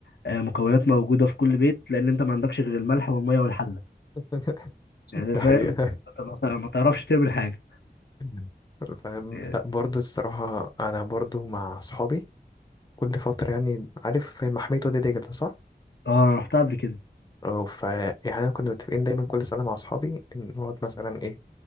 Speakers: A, on the left; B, on the left.
A: آه، مكونات موجوده في كل بيت لان انت ما عندكش غير الملح والميه والحله
B: <laughs>
A: يعني
B: ده
A: فاهم
B: حقيقة
A: أنت ما تع- ما تعرفش تعمل حاجه
B: مم. فاهم
A: يعني-
B: لا برضه الصراحه انا برضه مع اصحابي كل فتره يعني عارف محميه وادي دجله صح
A: اه انا رحتها قبل كده
B: اه ف يعني انا كنا متفقين دايما كل سنه مع اصحابي إن نقعد مثلا ايه